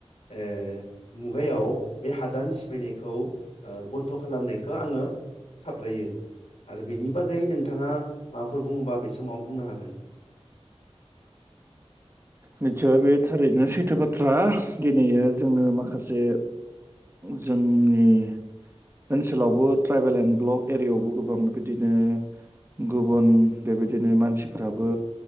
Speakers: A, on the left; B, on the right.
A: ओ मुगायाव बे हादान सिफायनायखौ ओ बन्द' खालामनायखौ आङो साबजायो आरो बेनि बागै नोंथाङा माबाफोर बुङोबा बे समाव बुंनो हागोन।
B: निचछय बे थारैनो सैथो बाथ्रा दिनैयो जोङो माखासे जोंनि ओनसोलावबो ट्राइबेल एन्ड ब्लक एरियायावबो गोबां बिबिदिनो गुबुन बेबायदिनो मानसिफोराबो